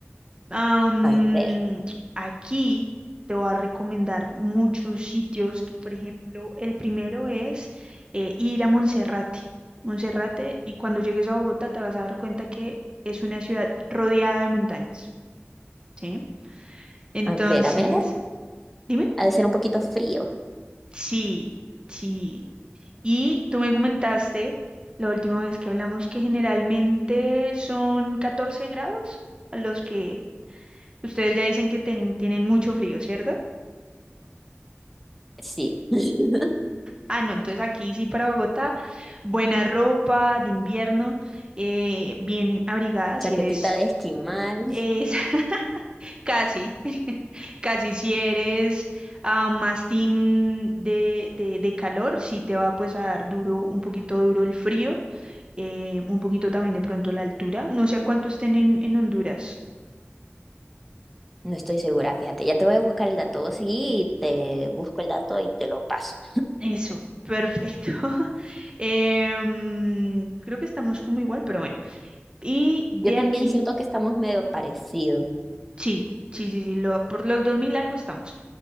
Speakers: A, on the right; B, in the centre.
A: Am,
B: A ver,
A: aquí te voy a recomendar muchos sitios, que por ejemplo, el primero es eh, ir a Monserrate. Monserrate, y cuando llegues a Bogotá te vas a dar cuenta que es una ciudad rodeada de montañas, ¿sí? Entonces,
B: a ver, a ver, a ver.
A: dime.
B: Ha de ser un poquito frío.
A: Sí, sí. Y tú me comentaste la última vez que hablamos que generalmente son 14 grados a los que ustedes ya dicen que ten- tienen mucho frío, ¿cierto?
B: Sí. <laughs>
A: Ah, no, entonces aquí sí para Bogotá, buena ropa de invierno, eh, bien abrigada si
B: Chaquetita
A: eres,
B: de esquimal.
A: es <laughs> casi, <laughs> casi si eres ah, más team de, de, de calor, sí te va pues a dar duro, un poquito duro el frío eh, un poquito también de pronto la altura. No sé a cuánto estén en, en Honduras.
B: No estoy segura, fíjate. Ya te voy a buscar el dato. Vos seguí y te busco el dato y te lo paso.
A: Eso, perfecto. <laughs> Em, creo que estamos como igual, pero bueno. Y de
B: Yo también
A: aquí,
B: siento que estamos medio parecidos.
A: sí, sí, sí, sí, lo- por los 2000 algo estamos.